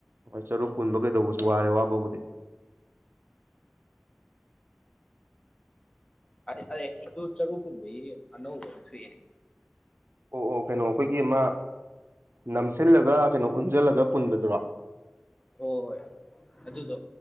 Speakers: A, on the right; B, on the left.
A: ꯍꯣꯏ ꯆꯔꯨ ꯄꯨꯟꯕ ꯀꯩꯗꯧꯕꯖꯤ ꯋꯥꯔꯦ ꯋꯥꯕꯕꯨꯗꯤ꯫
B: ꯍꯥꯏꯗꯤ ꯑ ꯑꯗꯨ ꯆꯔꯨ ꯄꯨꯟꯕꯒꯤ ꯑꯅꯧꯕ ꯑꯃ ꯊꯣꯛꯑꯅꯦ꯫
A: ꯑꯣ ꯑꯣ ꯀꯩꯅꯣ ꯑꯩꯈꯣꯏꯒꯤ ꯑꯃ ꯅꯝꯁꯤꯜꯂꯒ ꯀꯩꯅꯣ ꯎꯟꯖꯜꯂꯒ ꯄꯨꯟꯕꯗꯨꯔꯣ꯫
B: ꯍꯣꯏ ꯍꯣꯏ ꯑꯗꯨꯗꯣ